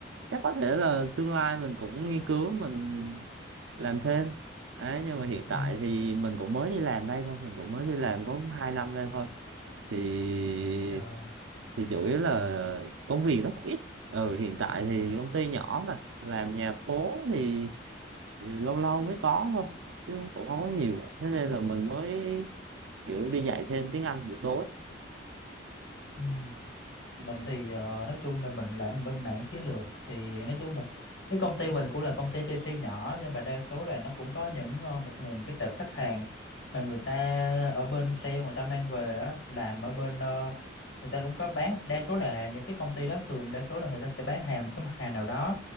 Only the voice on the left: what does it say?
Ừ.
Ờ.
Ừ.
Ừ. mình thì ờ, nói chung là mình làm bên mảng chiến lược thì nói chung là cái công ty mình cũng là công ty Chelsea nhỏ nhưng mà đa số là nó cũng có những ờ, một nguồn cái tệp khách hàng mà người ta ở bên sale người ta mang về á làm ở bên ờ, người ta cũng có bán đa số là những cái công ty đó thường đa số là người ta sẽ bán hàng một cái mặt hàng nào đó